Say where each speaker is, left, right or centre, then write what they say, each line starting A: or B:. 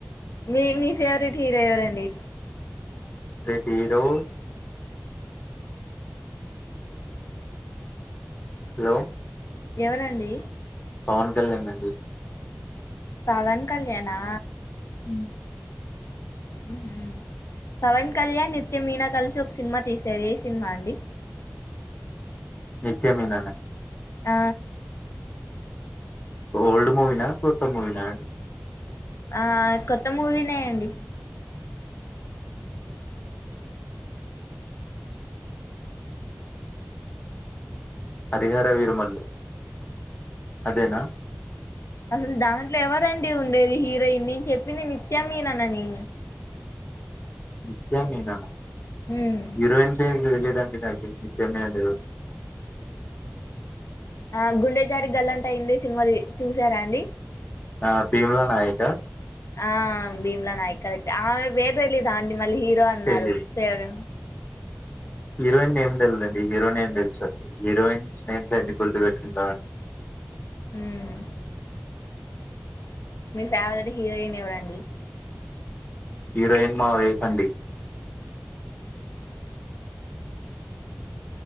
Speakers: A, on the left; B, on the left.
A: మీ మీ ఫేవరెట్ హీరో ఎవరండీ
B: హీరో హలో
A: ఎవరండి
B: పవన్ కళ్యాణ్ అండి
A: పవన్ కళ్యాణా
B: హ్మ్
A: ఉహ్ హు పవన్ కళ్యాణ్ నిత్య మీనా కలిసి ఒక సినిమా తీశారు ఏ సినిమా అండి <inaudible>
B: నిత్య మీనాన్
A: ఆ
B: ఓల్డ్ మూవీనా కొత్త మూవీనా అండి
A: ఆ కొత్త మూవీనేయంండి
B: హరిహర వీరమల్లు అదేనా
A: అసలు దాంట్లో ఎవరండి ఉండేది హీరోయిన్ నేను చెప్పింది నిత్యమీనన్ అని
B: నిత్య మీనన్
A: ఉమ్
B: హీరోయిన్ పేరు తెలీదు గాని తెలదండీ నాకు నిత్య మీనన్ తెల్వదు
A: ఆ గుండె జారి గల్లంతయిందే సినిమాది చూసారా అండి
B: ఆ భీమ్లా నాయకా
A: ఆ భీమ్లా నాయక్ ఆమె పేరు తెలీదా అండి మళ్ళీ హీరో అన్నారు
B: తెలీదు
A: ఫేవరెట్
B: హీరోయిన్ నేమ్ తెలిదండి హీరో నేమ్ తెలుస్తది హీరోయిన్స్ నేమ్స్ ఎందుకు గుర్తు పెట్టుకుంటా మండీ
A: హ్మ్ మీ ఫేవరెట్ హీరోయిన్ ఎవరండి
B: హీరోయిన్ మా వైఫ్ అండి